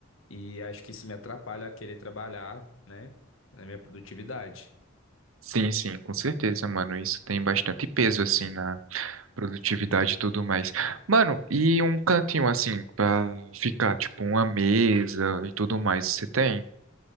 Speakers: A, on the left (about 75°); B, on the right (about 85°).
A: e acho que isso me atrapalha a querer trabalhar, né, na minha produtividade.
B: Sim, sim, com certeza, mano. Isso tem bastante peso assim na produtividade e tudo mais. Mano, e um cantinho assim pra ficar, tipo, uma mesa e tudo mais, você tem?